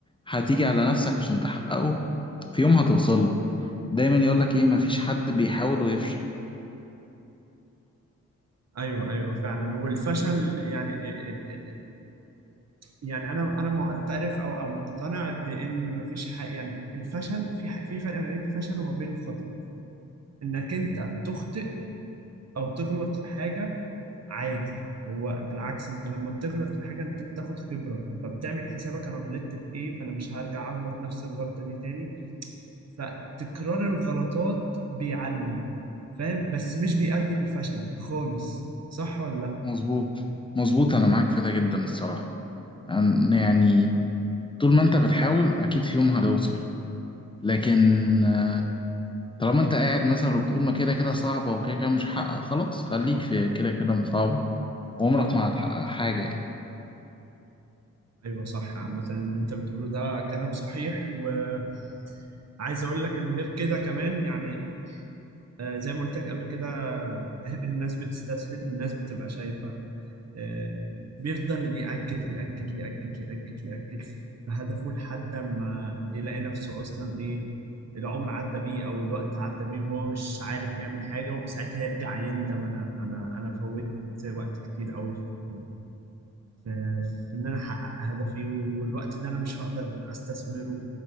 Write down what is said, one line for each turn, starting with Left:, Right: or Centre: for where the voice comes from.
Left: هتيجي على نفسك عشان تحققه في يوم هتوصل له دايما يقولك ايه مفيش حد بيحاول ويفشل
Right: ايوه ايوه فعلا والفشل يعني ال- ال- يعني انا انا معترف او او مقتنع بان مفيش حاجه يعني الفشل في ح- في فرق ما بين الفشل وما بين الخطأ انك انت تخطئ او تغلط في حاجة عادي هو بالعكس انت لما بتغلط في حاجة انت بتاخد خبرة فبتعمل حسابك انا غلطت في ايه فانا مش هرجع اغلط نفس الغلطة دي تاني فتكرار الغلطات بيعلم فاهم بس مش بيؤدي للفشل خالص صح ولا لا
Left: مظبوط مظبوط انا معاك في ده جدا الصراحة عن- يعني طول ما انت بتحاول اكيد في يوم هتوصل لكن آه، طالما انت قاعد مثلا وبتقول ما كده كده صعبة وكده كده مش هحقق خلاص خليك في كده كده صعبة وعمرك ما هتحقق حاجة يعني
Right: ايوه صح عامة اللي انت بتقوله ده كلام صحيح وعايز اقول لك ان غير كده كمان يعني آه، زي ما قلت لك قبل كده <laughs> الناس بتستسهل الناس بتبقى شايفة آه، بيفضل يأجل يأجل يأجل يأجل يأجل في هدفه لحد ما يلاقي نفسه أصلا إيه العمر عدى بيه أو الوقت عدى بيه وهو مش عارف يعمل حاجة وساعتها يرجع يندم أنا أنا أنا فوت وقت كتير أوي في في في إن أنا أحقق هدفي والوقت ده أنا مش هقدر أستثمره